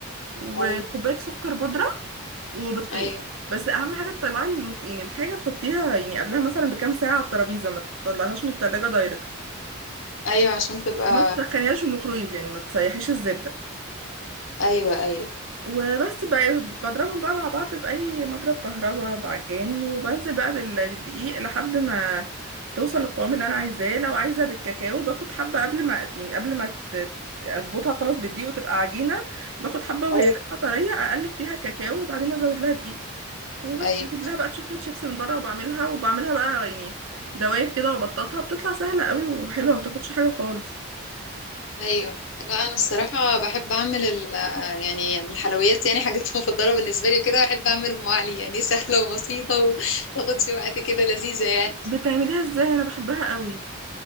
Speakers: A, on the right; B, on the left.
A: وكوبايه
B: ايوه
A: سكر بودره وبيضتين
B: ايوه
A: بس اهم حاجه تطلعي الم- يعني الحاجه تحطيها يعني قبلها مثلا بكام ساعه على الترابيزه ما تطلعيهاش من التلاجة دايركت
B: ايوه عشان تبقى
A: وما تسخنيهاش في الميكرويف يعني ما تسيحيش الزبدة
B: ايوه ايوه
A: وبس بقى بضربهم بقى مع بعض بأي مضرب كهرباء بعجان وبنزل بقى بال- بالدقيق لحد ما توصل للقوام اللي انا عايزاه لو عايزه بالكاكاو باخد حبه قبل ما يعني قبل ما ت- اظبطها خلاص بالدقيق وتبقى عجينه باخد حبه وهي
B: ايوه
A: لسه طريه اقلب فيها كاكاو وبعدين ازود لها دقيق وبس
B: ايوه
A: بجيب لها بقى شوكليت شيبس من بره وبعملها وبعملها بقى يعني دواير كده وبططها بتطلع سهله قوي وحلوه ما بتاخدش حاجه خالص
B: ايوه لا انا الصراحه بحب اعمل ال يعني الحلويات يعني حاجات <laughs> مفضله بالنسبه لي وكده بحب اعمل ام علي يعني سهله وبسيطه وتاخدش وقت كده لذيذه يعني
A: بتعمليها ازاي انا بحبها قوي